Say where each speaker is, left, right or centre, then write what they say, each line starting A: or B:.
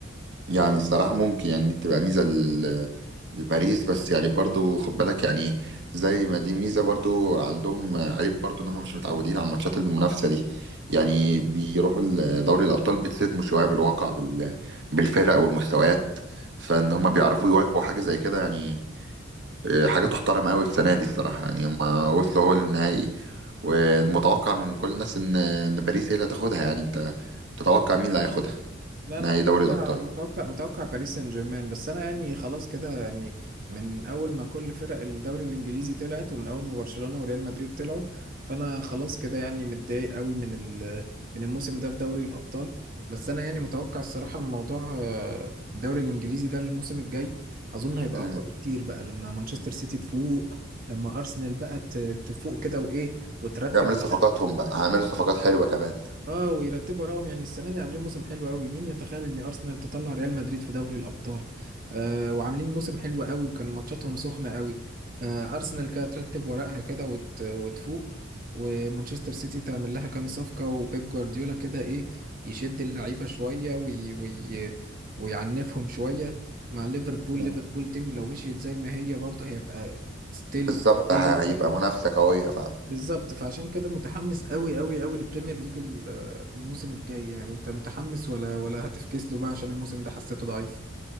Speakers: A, on the right; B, on the right.
A: يعني الصراحة ممكن يعني دي تبقى ميزة ل- لباريس بس يعني برضو خد بالك يعني زي ما دي ميزة برضو عندهم عيب برضو ان هم مش متعودين على ماتشات المنافسة دي يعني بيروحوا ال- دوري الأبطال بيتصدموا شوية بالواقع بال... بالفرق والمستويات فان هم بيعرفوا يواجبوا حاجة زي كده يعني آه، حاجة تحترم قوي السنة دي الصراحة يعني هم وصلوا هو للنهائي والمتوقع من كل الناس ان ان باريس هي اللي هتاخدها يعني انت تتوقع مين اللي هياخدها
B: لا
A: نهائي
B: انا متوقع
A: دوري الأبطال
B: متوقع متوقع باريس سان جيرمان بس انا يعني خلاص كده يعني من اول ما كل فرق الدوري الانجليزي طلعت ومن اول ما برشلونة وريال مدريد طلعوا فانا خلاص كده يعني متضايق قوي من ال من الموسم ده في دوري الابطال بس انا يعني متوقع الصراحة من موضوع آه، الدوري الانجليزي ده الموسم الجاي اظن هيبقى
A: آه.
B: اقوى بكتير بقى لما مانشستر سيتي تفوق لما ارسنال بقى ت- تفوق كده وايه وترتب
A: يعملوا صفقاتهم بقى هيعملوا صفقات حلوة كمان
B: اه ويرتبوا وراهم يعني السنه دي عاملين موسم حلو قوي مين يتخيل ان ارسنال تطلع ريال مدريد في دوري الابطال آه وعاملين موسم حلو قوي وكان ماتشاتهم سخنه قوي فارسنال كده ترتب ورقها كده وت... وتفوق ومانشستر سيتي تعمل لها كام صفقه وبيب جوارديولا كده ايه يشد اللعيبه شويه وي... وي... ويعنفهم شويه مع ليفربول
A: مم.
B: ليفربول تيم لو مشيت زي ما هي برضه هيبقى ستيل
A: بالظبط
B: قويه
A: هيبقى منافسة قوية فعلا
B: بالظبط فعشان كده متحمس قوي قوي قوي للبريمير ليج ال- الموسم الجاي يعني انت متحمس ولا ولا هتفكس له بقى عشان الموسم ده حسيته ضعيف